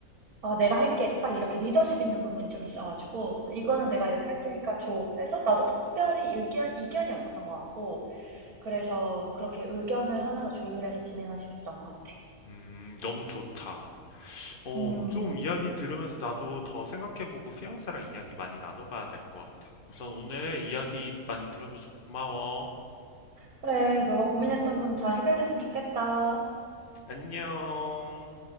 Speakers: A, on the right; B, on the left.
A: 아, 내가 할게. 딱 이렇게 리더십 있는 부분이 좀 있어가지고, 이거는 내가 이렇게 할 테니까 줘. 해서 나도 특별히 의견, 이견이 없었던 것 같고, 그래서 그렇게 의견을 하나로 조율해서 진행할 수 있었던 것 같아.
B: 음, 너무 좋다. 어,
A: 음,
B: 좀 이야기 들으면서 나도 더 생각해보고 피앙사랑 이야기 많이 나눠봐야 될 것 같아. 우선 오늘 이야기 많이 들어줘서 고마워.
A: 그래. 너가 고민했던 분 잘 해결됐으면 좋겠다.
B: 안녕.